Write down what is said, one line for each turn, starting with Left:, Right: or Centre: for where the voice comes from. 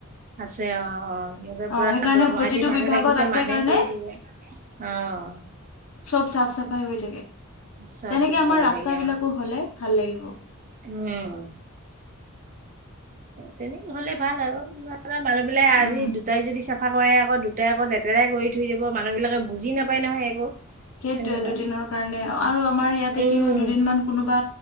Right: আছে অ-অ সিহঁতে
Left: অ
Right: পুৰা
Left: সেইকাৰণে
Right: দৰমহা
Left: প্ৰতিটো
Right: দি মানুহে
Left: বিভাগত
Right: ৰাখিছে
Left: আছে
Right: মানুহে
Left: কাৰণে
Right: কৰি থাকে অ। অঁ।
Left: চব চাফ-চাফাই হৈ থাকে
Right: চাফ
Left: তেনেকে
Right: চুফাই
Left: আমাৰ
Right: হৈ
Left: ৰাস্তাবিলাকো
Right: থাকে অ
Left: হলে ভাল লাগিব।
Right: উম তেনে হলে ভাল আৰু। মানুহবিলাক আজি
Left: উম
Right: দুটাই যদি চাফা কৰে আকৌ দুটাই আকৌ লেতেৰা কৰি থৈ যাব। মানুহবিলাকে বুজি নাপায় নহয় একো।
Left: সেইটোৱেই
Right: সেনেকুৱা
Left: দুদিনৰ কাৰণে আৰু আমাৰ ইয়াতে
Right: উম,
Left: কি হয় দুদিনমান কোনোবা।